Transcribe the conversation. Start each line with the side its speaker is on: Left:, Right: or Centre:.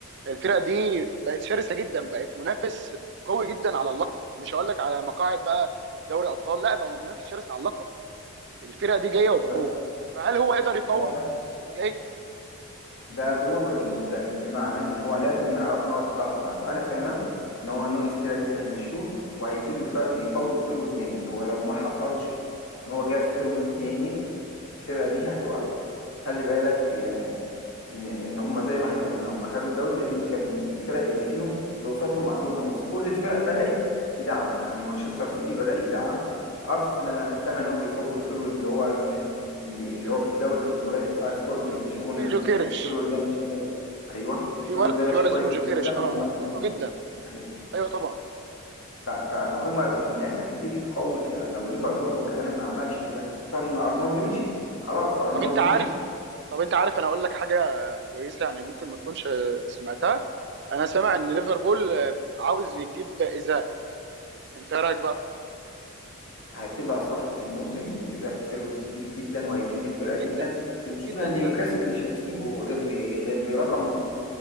Right: الفرق دي بقت شرسه جدا بقت منافس قوي جدا على اللقب مش هقول لك على مقاعد بقى دوري ابطال لا بقى منافس شرس على اللقب الفرق دي
Left: يعني
Right: جايه وبقوه
Left: ده
Right: فهل هو يقدر يقاوم
Left: بقى ده بقى
Right: الموسم الجاي
Left: ده دور المدرب بمعنى ان هو لازم يعرف نقط الضعف اللي عنده انا سامع ان هو نونيز كده كده هيمشوه وهيبتدوا يف- يفاوضوا فيرود جامد هو لو ما حصلش ان هو جاب فيرود جامد الفرقه دي هتقع خلي بالك آه، ان ان هم زي ما احنا قلنا هم خدوا الدوري لان كان الفرق اللي فيهم اللي قصادهم عندهم ناقص كل الفرق بدات تدعم يعني مانشستر سيتي بدا يدعم ارسنال انا سامع انهم بيفاوضوا الفيرود اللي هو اللي, اللي
Right: آه،
Left: هو في الدوري البرتغالي بتاع
Right: ج-
Left: سبورتنج
Right: جوك-
Left: لشبونه
Right: في
Left: الفيرود
Right: جوكيريش
Left: ده ماشي كويس ايوه
Right: في
Left: الفيرود
Right: ولد
Left: ده
Right: في
Left: ماشي
Right: ولد
Left: كويس
Right: اسمه جوكيريش
Left: أنا سامع
Right: اه
Left: ان ارسنال
Right: حلو جدا
Left: أيوة.
Right: ايوه طبعا
Left: ف- فهم الناس هتبتدي تقوي الفرق لو ليفربول هو كمان ما عملش كده خصوصا ان ارنولد مشي خلاص ارنولد
Right: طب انت عارف
Left: مشي
Right: طب انت عارف انا اقول لك حاجه كويسه يعني ممكن ما تكونش سمعتها انا سامع ان ليفربول عاوز يجيب ايزاك انت ايه رايك بقى
Left: هتبقى صفقة الموسم وإيزاك فيرو تقيل جدا وهيفيد الفرقة
Right: تقيل جدا
Left: جدا بس
Right: تقيل
Left: المشكلة
Right: جدا
Left: إن نيوكاسل
Right: بجد
Left: مش هيسيبه غير ب... غير برقم